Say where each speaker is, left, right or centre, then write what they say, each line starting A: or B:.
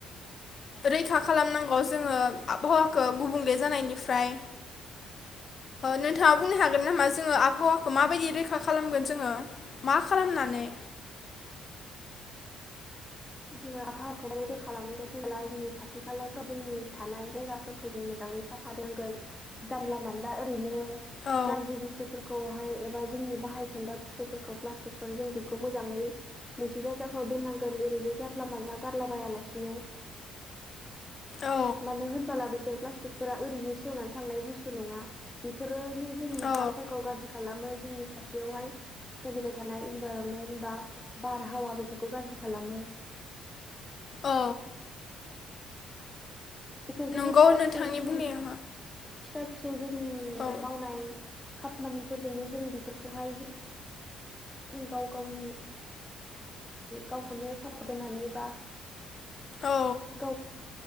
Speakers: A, on the left; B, on the left.
A: रैखा खालामनांगौ जोङो आबहावाखौ गुबुंले जानायनिफ्राय। नोंथाङा बुंनो हागोन नामा जोङो आबहावाखौ माबायदि रैखा खालामगोन जोङो मा खालामनानै।
B: जोङो आबहावाखौ र खालामगोनला जोंनि खाथि खालाफ्राव जोंनि थानाय जायगाफोरखौ जों मोजाङै साफा दांगोन, जानला मानला ओरैनो
A: औ
B: गाज्रि बुस्थुफोरखौहाय एबा जोंनि बाहाय खोन्दा बुस्थुफोरखौ प्लास्टिक फोर जों बेखौ मोजाङै मोनसे जायगाफ्राव दोननांगोन ओरैनो। जानला मानला गारला बायालासिनो।
A: औ
B: मानो होनबोला बेफोर प्लास थिखफोरा ओरैनो सेवना थांनाय बस्थु नङा बेफोर। नो जोंनि
A: औ
B: हाफोरखौ गाज्रि खालामो। जोंनि खाथियावहाय सोलिबाय थानाय इनभाइरमेन्ट बा बारहावा बेफोरखौ गाज्रि खालामो।
A: औ
B: बेफोरजोंनो
A: नंगौ
B: फिसा
A: नोंथांनि
B: फिसा जोंनि
A: बुंनाया
B: फिसा फि <unintelligible> नि
A: औ
B: मावनाय मानिफोरजोंनो जों बेफोरखौहाय जों जों गाव गावनि गावखौनो सापर्ट होनानै बा
A: औ
B: गाव